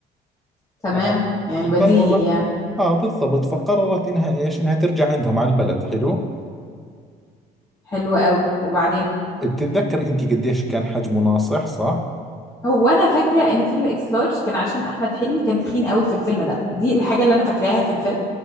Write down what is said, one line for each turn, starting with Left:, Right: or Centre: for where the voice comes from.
Left: تمام
Centre: ف-
Left: يعني
Centre: فقررت
Left: بديهي يعني
Centre: آه بالضبط فقررت إنها إيش إنها ترجع عندهم على البلد حلو
Left: حلو قوي وبعدين
Centre: بتتذكري أنت قديش كان حجمه ناصح صح؟
Left: هو انا فاكره ان فيلم اكس لارج كان عشان احمد حلمي كان تخين قوي في الفيلم ده دي الحاجه اللي انا فاكراها في الفيلم